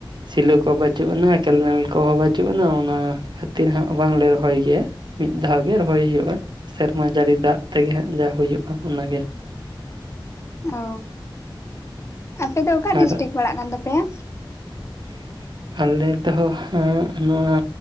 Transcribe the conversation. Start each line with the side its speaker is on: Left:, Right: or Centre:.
Right: ᱥᱤᱞᱩ ᱠᱚ ᱵᱟᱹᱪᱩᱜ ᱟᱱᱟ ᱠᱮᱱᱮᱞ ᱠᱚᱦᱚᱸ ᱵᱟᱹᱪᱩᱜ ᱟᱱᱟ ᱚᱱᱟ ᱠᱷᱟᱹᱛᱤᱨ ᱦᱟᱸᱜ ᱵᱟᱝᱞᱮ ᱨᱚᱦᱚᱭ ᱜᱮᱭᱟ᱾ ᱢᱤᱫ ᱫᱷᱟᱣ ᱜᱮ ᱨᱚᱦᱚᱭ ᱦᱩᱭᱩᱜᱼᱟ ᱥᱮᱨᱢᱟ ᱡᱟᱹᱲᱤ ᱫᱟᱜ ᱛᱮᱜᱮ ᱦᱟᱸᱜ ᱡᱟ ᱦᱩᱭᱩᱜᱼᱟ ᱚᱱᱟᱜᱮ᱾
Left: ᱚ ᱟᱯᱮ ᱫᱚ ᱚᱠᱟ
Right: ᱟᱨ
Left: ᱰᱤᱥᱴᱤᱠ ᱯᱟᱲᱟᱜ ᱠᱟᱱ ᱛᱟᱯᱮᱭᱟ?
Right: <inaudible> ᱟᱞᱮ ᱫᱚ ᱦᱟᱸᱜ ᱱᱚᱣᱟ